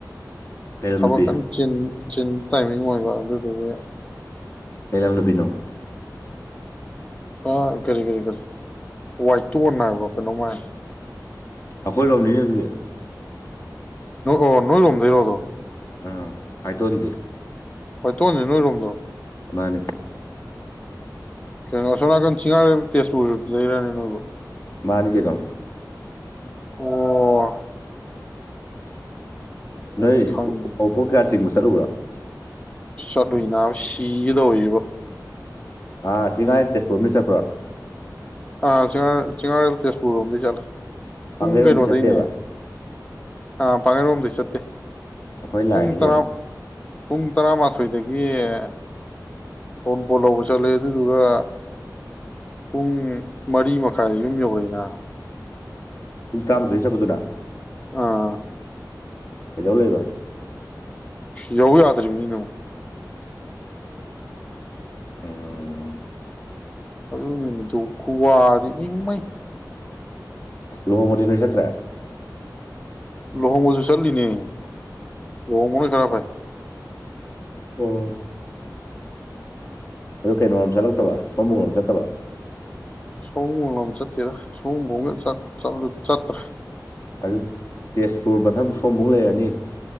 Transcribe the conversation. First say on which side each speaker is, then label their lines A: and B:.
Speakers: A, on the left; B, on the left.
A: ꯀꯩ ꯂꯝ
B: ꯊꯕꯛꯀꯥꯟ
A: ꯅꯨꯄꯤ
B: ꯆꯦꯟ ꯆꯤꯟ ꯇꯥꯏꯃꯤꯡ ꯑꯣꯏꯕ ꯑꯗꯨꯗꯨꯒꯤ
A: ꯀꯩ ꯂ ꯑꯃꯅꯤꯅ ꯐꯅꯣ
B: ꯑꯥ ꯀꯔꯤ ꯀꯔꯤ ꯀꯔꯤ ꯋꯥꯏꯠꯇ ꯅꯥꯏꯕ ꯀꯩꯅꯣꯉꯥꯏ
A: ꯑꯩꯈꯣꯏ ꯂꯥꯎꯅꯤꯅ ꯑꯗꯨꯒ
B: ꯑꯣ ꯅꯣꯏꯔꯣꯝꯗꯔꯣꯗꯣ
A: ꯑꯥ ꯍꯥꯏꯥꯏ ꯇ ꯑꯣꯗꯤꯦ
B: ꯍꯣꯏ ꯇꯣꯅꯤ ꯅꯣꯏꯔꯣꯝꯗꯣ
A: ꯔꯃꯅ
B: ꯀꯩꯅꯣꯁꯅꯥ ꯀ ꯆꯤꯡꯔ ꯇꯦꯁꯄꯨꯔ ꯂꯩꯔꯅꯤꯅꯣꯣ
A: ꯃꯥꯅꯤ ꯀꯇꯣ
B: ꯑꯣ
A: ꯅꯣꯏ
B: ꯑꯩ ꯈꯪꯉꯦ
A: ꯑꯣꯕꯣꯛꯀꯦꯁꯤ ꯆꯠꯂꯨꯕ꯭ꯔꯥ
B: ꯆꯂꯨ ꯅꯥꯕ ꯁꯤꯍꯤꯗ ꯑꯣꯏꯌꯦꯕ
A: ꯑ ꯁꯤ ꯉꯥꯏ ꯇꯦꯁꯄꯨꯔꯅ ꯆꯠꯄ꯭ꯔꯣ
B: ꯑꯥ ꯆꯔ ꯆꯒꯥꯔꯇꯁꯄꯨꯔ ꯔꯣꯝꯗꯤ ꯆ ꯄꯨꯡ
A: ꯄꯥꯡꯒꯩꯔꯣꯝꯗꯤ
B: ꯀꯩꯅꯣꯗꯩꯅꯦ
A: ꯆꯠꯇꯦꯕ
B: ꯑꯥ ꯄꯥꯅꯔꯣꯝꯗꯩ ꯆꯠꯇꯦ
A: ꯑꯩꯈꯣꯏ ꯂꯥꯏꯅꯤ
B: ꯄꯨꯡ ꯇꯔꯥ
A: ꯀꯩꯅꯣ
B: ꯄꯨꯡ ꯇꯔꯥꯃꯥꯊꯣꯏꯗꯒꯤ ꯑꯩꯒꯤ ꯐꯣꯟ ꯄꯣ ꯂꯧꯕ ꯆꯠꯂꯦ ꯑꯗꯨꯗꯨꯒ ꯄꯨꯡ ꯃꯔꯤ ꯃꯈꯥꯏ ꯌꯨꯝ ꯌꯧꯔꯛꯏꯅ
A: ꯄꯨꯡ ꯆꯥꯝꯃꯗ ꯍ ꯆꯠꯄꯗꯨꯔ
B: ꯑꯥ
A: ꯀꯩꯗꯧ ꯂꯩꯕ
B: ꯌꯥꯎ ꯌꯥꯇ꯭ꯔꯤ ꯃꯤꯅ
A: ꯎꯝ
B: ꯑꯗꯨ ꯆ ꯈꯨꯋꯥꯗꯤ ꯏꯃꯩ
A: ꯂꯨꯍꯕꯗꯤ ꯅꯣꯏ ꯆꯠꯇ꯭ꯔꯦ
B: ꯂꯨꯍꯣꯡꯕꯁꯨ ꯆꯠꯂꯤꯅꯦ ꯂꯨꯍꯣꯡꯕꯅ ꯈꯔ ꯐꯥꯏ
A: ꯑꯣ ꯑꯗꯨ ꯀꯩꯅꯣꯣꯔꯣꯝ ꯆꯠꯂꯛꯇꯕ ꯁꯣꯃꯔꯣꯝ ꯆꯠꯇꯕ
B: ꯁꯣꯝ ꯆꯠꯇꯦꯔ ꯁꯣꯨꯝꯐꯥꯎꯒꯠꯂ ꯆꯠꯇ꯭ꯔꯥ
A: ꯑꯗꯨ ꯇꯦꯖꯄꯨꯔ ꯃꯊꯪ ꯁꯣꯝꯐꯧ ꯂꯩꯔꯅꯤ